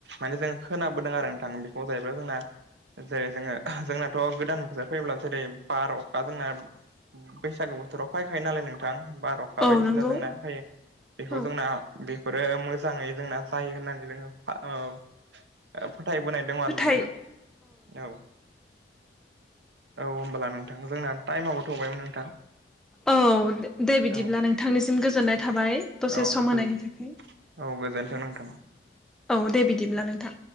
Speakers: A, on the right; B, in the centre.
A: माने जों खोनाबोदों आरो नोंथां बेखौ जाहैबाय जोंना जेरै जोङो जोंनाथ' गोदान बोसोर फैयोब्ला जेरै बार, अखा जोंना बैसागु बोथोराव फैखायो नालाय नोंथां बार, अखा
B: औ
A: बायदिसिना
B: नंगौ
A: जोंना फैयो। बेखौ
B: औ
A: जोंना बेफोरो मोजाङै जोंना जायो होननानै जोङो <unintelligible> फोथाय बोनाय दं आरो
B: फोथाय
A: नोंथां औ -औ। होमब्ला नोंथां जोंना टाइमाबबो थ'बायमोन नोंथां।
B: औ दे बिदिब्ला
A: औ
B: नोंथांनिसिम गोजोननाय थाबाय। दसे
A: औ
B: सम
A: -औ <unintelligible>
B: होनायनि थाखाय
A: गोजोनथों नोंथां।
B: औ दे बिदिब्ला नोंथां।